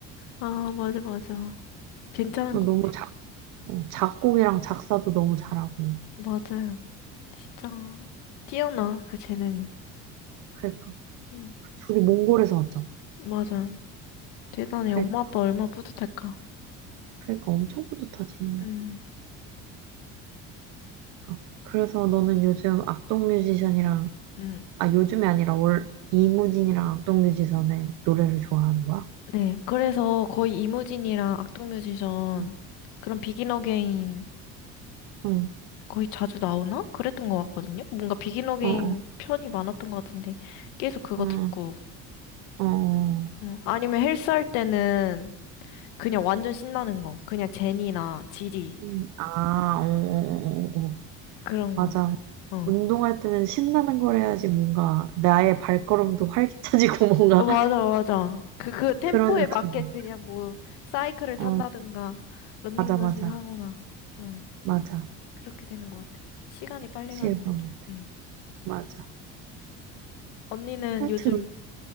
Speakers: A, on the left; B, on the right.
A: 아, 맞아, 맞아. 괜찮은
B: 너무
A: 것 같아요.
B: 작, 어, 작곡이랑 작사도 너무 잘하고.
A: 맞아요. 진짜 뛰어나 그 재능이.
B: 그러니까
A: 응,
B: 그 둘이 몽골에서 왔잖아.
A: 맞아. 대단해.
B: 그러니까
A: 엄마 아빠 얼마나 뿌듯할까.
B: 그러니까 엄청 뿌듯하지.
A: 음,
B: 그러니까 그래서 너는 요즘 악동 뮤지션이랑
A: 음,
B: 아 요즘이 아니라 올 이무진이랑 악동 뮤지션의 노래를 좋아하는 거야?
A: 네. 그래서 거의 이무진이랑 악동뮤지션
B: 응,
A: 그런 비긴 어게인
B: 응,
A: 거의 자주 나오나? 그랬던 것 같거든요. 뭔가 비긴 어게인
B: 어, 어,
A: 편이 많았던 것 같은데 계속 그거
B: 응,
A: 듣고.
B: 어, 어.
A: 음, 아니면 헬스 할 때는 그냥 완전 신나는 거. 그냥 제니나 지디
B: 음, 아, 어, 어, 어, 어. 어.
A: 그런
B: 맞아.
A: 거. 어.
B: 운동할 때는 신나는 걸 해야지 뭔가 나의 발걸음도 활기차지고 <laughs> 뭔가
A: 어, 맞아, 맞아. 그, 그 템포에
B: 그런
A: 맞게
B: 기분.
A: 그냥 뭐, 사이클을 탄다든가,
B: 어,
A: 런닝머신
B: 맞아, 맞아.
A: 하거나, 어,
B: 맞아.
A: 그렇게 되는 것 같아. 시간이 빨리
B: 확실히
A: 가는
B: 그런
A: 느낌?
B: 것 같아.
A: 응.
B: 맞아.
A: 언니는
B: 하여튼,
A: 요즘,